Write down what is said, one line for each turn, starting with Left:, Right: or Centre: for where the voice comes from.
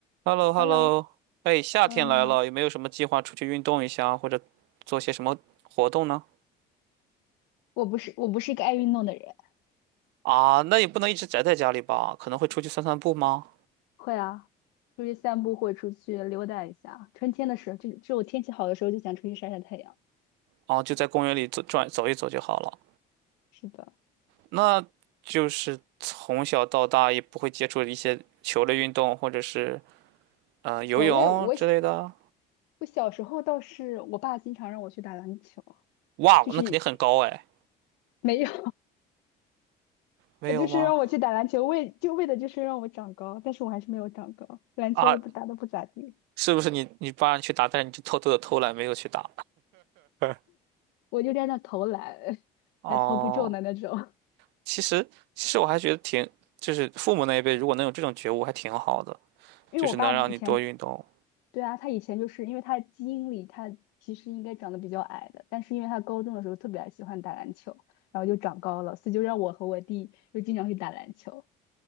Right: h e l l o h
Left: h
Right: e
Left: e
Right: l
Left: l
Right: l
Left: l
Right: o
Left: o
Right: 哎，夏天来了，
Left: 嗯，你好。
Right: 有没有什么计划出去运动一下，或者做些什么活动呢？
Left: 我不是我不是一个爱运动的人，
Right: 啊，那也不能一直宅在家里吧，可能会出去散散步吗？
Left: 会啊，出去散步或者出去溜达一下。春天的时候，就只有天气好的时候就想出去晒晒太阳。
Right: 啊，就在公园里走转走一走就好了。
Left: 是的，
Right: 那就是从小到大也不会接触一些球类运动，或者是呃游泳之类的。
Left: 球类我小我小时候倒是我爸经常让我去打篮球，
Right: 哇，
Left: 就是
Right: 那肯定很高哎，
Left: 没有，<laughs>
Right: 没有吗？
Left: 他就是让我去打篮球，为就为的就是让我长高，但是我还是没有长高，篮球也不打得不咋地，
Right: 啊，是不是你你爸让你去打，但是你就偷偷的偷懒没有去打？<laughs>
Left: 我就在那投篮，<laughs>
Right: 哦。
Left: 还投不中的那种。
Right: 其实，其实我还觉得挺，就是父母那一辈如果能有这种觉悟，还挺好的，
Left: 因为我爸以前
Right: 就是能让你多运动。
Left: 对啊，他以前就是因为他基因里他其实应该长得比较矮的，但是因为他高中的时候特别爱喜欢打篮球，然后就长高了，所以就让我和我弟又经常去打篮球。